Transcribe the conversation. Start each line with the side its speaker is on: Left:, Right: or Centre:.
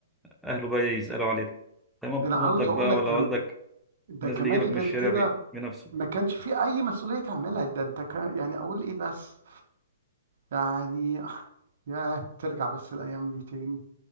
Centre: اهله بقى يسالوا عليه
Right: <laughs>
Centre: تمام
Right: ده انا
Centre: مامتك
Right: عاوز
Centre: بقى
Right: اقول لك
Centre: ولا
Right: كم
Centre: والدك
Right: ده
Centre: نازل
Right: كمان
Centre: يجيبك
Right: غير
Centre: من الشارع
Right: كده
Centre: بي- بنفسه
Right: ما كانش في اي مسؤوليه تعملها ده انت كان يعني اقول ايه بس يعني يا ترجع بس الايام دي تاني